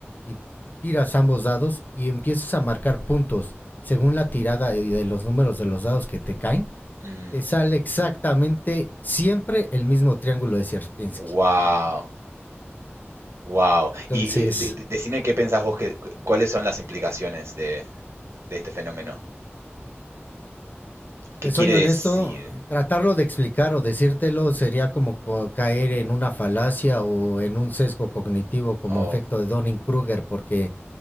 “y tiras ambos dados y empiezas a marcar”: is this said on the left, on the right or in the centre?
Left